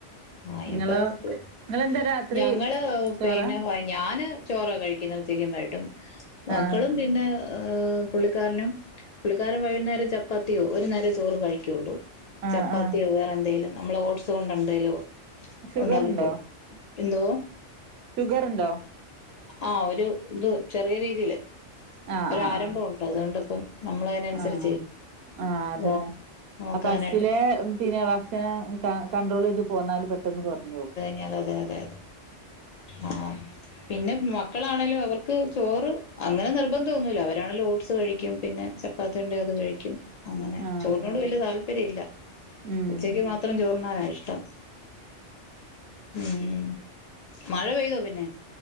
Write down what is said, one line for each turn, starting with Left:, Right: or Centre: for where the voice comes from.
Left: ആഹ് ഇനിപ്പ
Right: ഇങ്ങളോ
Left: <unintelligible>
Right: ഇങ്ങളെന്താ രാത്രി
Left: ഞങ്ങള്
Right: ചോറാ
Left: പിന്നെ വാ ഞാന് ചോറാ കഴിക്കുന്നേ ഉച്ചക്കും വൈയ്യിട്ടും മക്കളും
Right: ആഹ്
Left: പിന്നെ ഏഹ് പുള്ളിക്കാരനും പുള്ളിക്കാരൻ വൈന്നേര ചപ്പാത്തിയോ ഒരു നേരെ ചോറ് കഴിക്കുള്ളൂ
Right: ആഹ്
Left: ചപ്പാത്തിയോ
Right: ആഹ്
Left: വേറെന്തേലും നമ്മള് ഓട്സൊണ്ട് എന്തെലോ
Right: ഷുഗറ്ണ്ടോ
Left: ഒണ്ടാക്കി കൊടുക്കു എന്തോ?
Right: ഷുഗറ് ഇണ്ടോ?
Left: ആഹ് ഒരു ഇത് ചെറിയരീതിയില്
Right: ആഹ്
Left: ഒരാരഭവൊണ്ട്
Right: ആഹ് ആഹ്
Left: അതുകൊണ്ടിപ്പം നമ്മളതിനനുസരിച്ച്
Right: ആഹ് ആഹ് അതന്നെ
Left: നോ നോക്കാനായിട്ട്
Right: അ പസ്റ്റിലെ പിന്നെ ഭക്ഷ് ക്ഷണം ക കട്രോള് ചെയ്ത് പോന്നാല് പെട്ടെന്ന് കൊറഞ്ഞോവും
Left: ഞ്ഞാല് അതെ അതെ ആഹ് പിന്നെ മക്കളാണെലും അവർക്ക് ചോറ് അങ്ങനെ നിർബന്ധൊന്നുല്ല അവരാണെലും ഓട്സ് കഴിക്കും പിന്നെ ചപ്പ് ചപ്പാത്തി ഉണ്ടേ അത് കഴിക്കും അങ്ങനെ
Right: ആഹ്
Left: ചോറിനോട് വല്യ താല്പര്യം ഇല്ല
Right: ഉം
Left: ഉച്ചക്ക് മാത്രം ചോറുണ്ണാനാ ഇഷ്ടം ഉം മഴ പെയ്തോ പിന്നെ